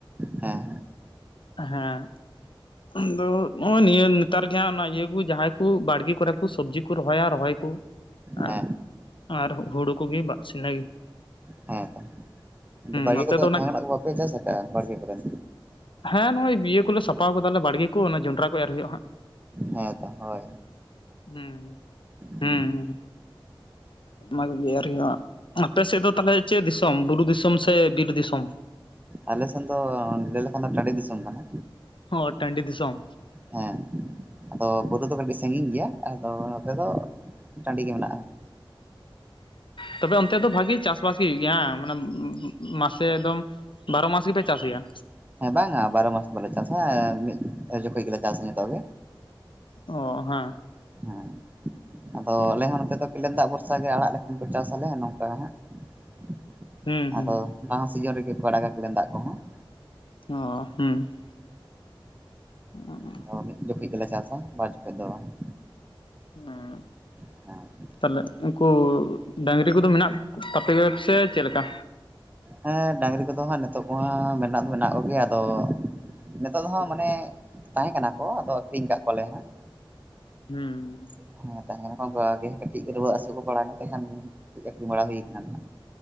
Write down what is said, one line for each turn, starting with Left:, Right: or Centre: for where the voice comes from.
Right: ᱦᱮᱸ
Left: ᱦᱮᱸ ᱟᱫᱚ ᱱᱚᱜᱚᱭ ᱱᱤᱭᱟᱹ ᱱᱮᱛᱟᱨ ᱜᱮ ᱦᱟᱸᱜ ᱤᱭᱟᱹ ᱠᱚ ᱡᱟᱦᱟᱸᱭ ᱠᱚ ᱵᱟᱲᱜᱮ ᱠᱚᱨᱮ ᱠᱚ ᱥᱚᱵᱽᱡᱤ ᱠᱚ ᱨᱚᱦᱚᱭᱟ ᱨᱚᱦᱚᱭ ᱠᱚᱼᱼ ᱟᱨ
Right: ᱦᱮᱸ
Left: ᱟᱨ ᱦᱩᱲᱩ ᱠᱚ ᱜᱮ ᱵᱟᱥᱱᱟ ᱜᱮᱼᱼ
Right: ᱦᱮᱸ ᱛᱚ ᱵᱟᱲᱜᱮ
Left: ᱱᱚᱛᱮ
Right: ᱠᱚᱫᱚ
Left: ᱫᱚ ᱚᱱᱟ
Right: ᱡᱟᱦᱟᱱᱟᱜ ᱠᱚ ᱵᱟᱯᱮ ᱪᱟᱥ ᱟᱠᱟᱜᱼᱟ ᱵᱟᱲᱜᱮ ᱠᱚᱨᱮᱱᱼᱼ
Left: ᱦᱮᱸ ᱱᱚᱜ ᱚᱭ ᱤᱭᱟᱹ ᱠᱚᱞᱮ ᱥᱟᱯᱷᱟ ᱠᱟᱫᱟᱞᱮ ᱵᱟᱲᱜᱮ ᱠᱚ ᱡᱚᱱᱰᱨᱟ ᱠᱚ ᱮᱨ ᱦᱩᱭᱩᱜᱼᱟ ᱦᱟᱸᱜ
Right: ᱦᱮᱸ ᱛᱚ ᱦᱚᱭᱼᱼ
Left: ᱦᱮᱸ
Right: ᱦᱩᱸ
Left: ᱦᱮᱸ ᱚᱱᱟ ᱠᱚ ᱨᱮᱱᱟᱜ ᱜᱮ ᱟᱨᱠᱤ ᱟᱯᱮ ᱥᱮᱫ ᱫᱚ ᱛᱟᱦᱚᱞᱮ ᱪᱮᱫ ᱫᱤᱥᱚᱢ ᱵᱩᱨᱩ ᱫᱤᱥᱚᱢ ᱥᱮ ᱵᱤᱨ ᱫᱤᱥᱚᱢ
Right: ᱟᱞᱮ ᱥᱮᱱ ᱫᱚ ᱞᱟᱹᱭ ᱞᱮᱠᱷᱟᱱ ᱫᱚ ᱴᱟᱰᱤ ᱫᱤᱥᱚᱢ ᱠᱟᱱᱟ
Left: ᱚ ᱴᱟᱺᱰᱤ ᱫᱤᱥ ᱫᱤᱥᱚᱢᱼᱼ
Right: ᱦᱮᱸ ᱟᱫᱚ ᱵᱩᱨᱩ ᱫᱚ ᱠᱟᱹᱴᱤᱡ ᱥᱟᱺᱜᱤᱧ ᱜᱮᱭᱟ ᱟᱫᱚ ᱱᱚᱛᱮ ᱫᱚ ᱴᱟᱺᱰᱤ ᱜᱮ ᱢᱮᱱᱟᱜ
Left: ᱛᱚᱵᱮ ᱚᱱᱛᱮ ᱫᱚ ᱵᱷᱟᱜᱤ ᱪᱟᱥ ᱵᱟᱥ ᱜᱮ ᱦᱩᱭᱩᱜ ᱜᱮᱭᱟ ᱢᱟᱱᱮ ᱢᱟᱥᱮ ᱮᱠᱫᱚᱢ ᱵᱟᱨᱚ ᱢᱟᱥ ᱜᱮᱯᱮ ᱪᱟᱥ ᱜᱮᱭᱟ
Right: ᱦᱮᱸ ᱵᱟᱝᱟ ᱵᱟᱨᱚ ᱢᱟᱥ ᱫᱚ ᱵᱟᱞᱮ ᱪᱟᱥᱟ ᱢᱤᱫ ᱡᱚᱠᱷᱚᱱ ᱜᱮᱞᱮ ᱪᱟᱥᱟ ᱡᱚᱛᱚ ᱜᱮ
Left: ᱚ ᱦᱮᱸ ᱾
Right: ᱦᱮᱸ ᱾ ᱟᱫᱚ ᱟᱞᱮ ᱦᱚᱸ ᱱᱚᱛᱮ ᱫᱚ ᱠᱮᱞᱮᱱ ᱫᱟᱜ ᱵᱷᱚᱨᱥᱟ ᱜᱮ, ᱟᱲᱟᱜ ᱞᱮᱠᱷᱟᱱ ᱠᱚ ᱪᱟᱥ ᱟᱞᱮ ᱱᱚᱝᱠᱟ ᱦᱟᱸᱜ ᱾
Left: ᱦᱩᱸ ᱦᱩᱸ
Right: ᱟᱫᱚ ᱱᱚᱣᱟ ᱥᱤᱡᱮᱱ ᱨᱮᱜᱮ ᱠᱚ ᱟᱲᱟᱜᱟ ᱠᱮᱞᱮᱱ ᱫᱟᱜ ᱠᱚᱦᱚᱸ ᱾
Left: ᱚ, ᱦᱩᱸ ᱾ ᱚᱸ-ᱚᱸ-ᱟᱸ-ᱟᱸ ᱾
Right: ᱟᱫᱚ ᱢᱤᱫ ᱡᱚᱠᱷᱮᱡ ᱜᱮᱞᱮ ᱪᱟᱥᱟ ᱵᱟᱨ ᱡᱚᱠᱷᱚᱡ ᱫᱚ ᱵᱟᱝ ᱾
Left: ᱱᱟᱸᱜ ᱾
Right: ᱦᱮᱸ-ᱠᱳᱵ ᱾
Left: ᱯᱟᱞᱮᱫ, ᱩᱱᱠᱩ ᱰᱟᱹᱟᱝᱨᱤ ᱠᱚᱫᱚ ᱢᱮᱱᱟᱜ ᱠᱚ ᱛᱟᱯᱮᱭᱟ ᱥᱮ ᱪᱮᱫ ᱞᱮᱠᱟ?
Right: ᱦᱮᱸ, ᱰᱟᱹᱝᱨᱤ ᱠᱚᱫᱚ ᱦᱟᱸᱜ ᱱᱤᱛᱚᱜ ᱠᱚ ᱦᱟᱸ ᱢᱮᱱᱟᱜ ᱫᱚ ᱢᱮᱱᱟᱜ ᱠᱚᱜᱮᱭᱟ ᱟᱫᱚ ᱱᱤᱛᱚᱜ ᱫᱚ ᱦᱟᱸᱜ ᱢᱟᱱᱮ ᱛᱟᱦᱮᱸ ᱠᱟᱱᱟ ᱠᱚ ᱟᱫᱚ ᱟᱹᱠᱷᱨᱤᱧ ᱟᱠᱟᱫ ᱠᱚᱣᱟᱞᱮ ᱦᱟᱸᱜ ᱾
Left: ᱦᱩᱸ ᱾
Right: ᱦᱮᱸ ᱛᱟᱦᱮᱸᱱ ᱠᱷᱟᱱ ᱠᱚ ᱟᱜᱮ ᱠᱟᱹᱴᱤᱡ ᱨᱩᱣᱟᱹ ᱦᱟᱹᱥᱩ ᱠᱚ ᱵᱟᱲᱟᱭᱱ ᱱᱠᱷᱟᱱ ᱠᱟᱹᱴᱤᱡ ᱟᱹᱠᱷᱨᱤᱧ ᱵᱟᱲᱟ ᱦᱳᱭ ᱟᱠᱟᱱᱟ ᱱᱟᱜ ᱾